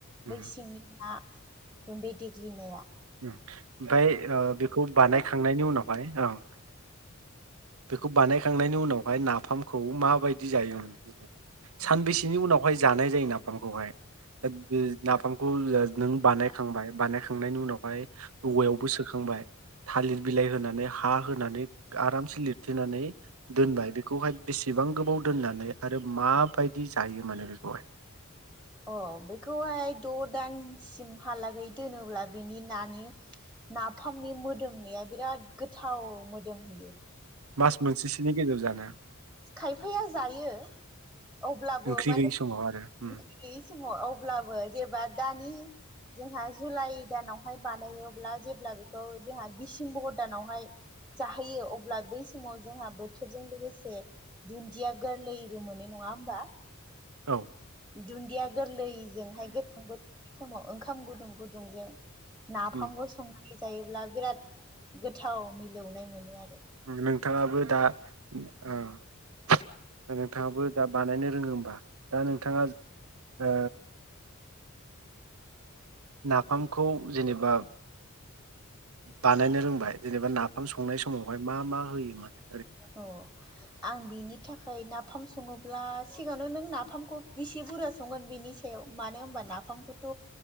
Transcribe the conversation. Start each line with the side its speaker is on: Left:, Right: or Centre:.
Right: उम
Centre: बै सिंनि ना गुन्दैदिग्लिनाया
Right: ओमफाय ओ बेखौ
Centre: सायाव
Right: बानायखांनायनि उनावहाय ओं बेखौ बानायखांनायनि उनावहाय नाफामखौ माबायदि जायो? सानबैसेनि उनावहाय जानाय जायो नाफामखौहाय <unintelligible> ओ नाफामखौ नों बानायखांबाय बानायखांनायनि उनावहाय औवायावबो सोखांबाय थालिर बिलाइ होनानै हा होनानै आरामसे लिर थेनानै दोनबाय बेखौहाय बेसेबां गोबाव दोननानै आरो माबायदि जायो माने बेखौहाय
Centre: अ बेखौहाय द दानसिमहालागै दोनोब्ला बेनि नानि नाफामनि मोदोमनाया बिराद गोथाव मोदोमहोयो।
Right: मास मोनसेसोनि गेजेराव जाना
Centre: खायफाया जायो अब्लाबो
Right: ओंख्रि
Centre: माने
Right: गैयि समाव आरो उम
Centre: ओंख्रि गैयि समाव अब्लाबो जेबा दा दानि जोंहा जुलाइ दानावहाय बानायो अब्ला जेब्ला बेखौ जोंहा डसेम्बर दानावहाय जाहोयो अब्ला बै समाव जोंहा बोथोरजों लोगोसे दुन्दिया गोरलैबो मोनो नङा होमबा
Right: औ
Centre: दुन्दिया गोरलै जोंहाय <unintelligible> समाव ओंखाम गुदुं गुदुंजों नाफामखौ
Right: उम
Centre: संना <unintelligible> जायोब्ला बिराद गोथाव मिलौनाय मोनो आर
Right: नोंथाङाबो दा ओ नोंथांङाबो दा बानायनो रोङो होमबा दा नोंथांङा ओ नाफामखौ जेनेबा बानायनो रोंबाय जेनेबा नाफाम संनाय समावहाय मा मा होयो माने
Centre: अ आं बिनि थाखाय ना फाम सङोब्ला सिगाङावनो नों नाफामखौ बेसे बुरजा संगोन बेनि सायाव मानो होनबा नाफामखौथ'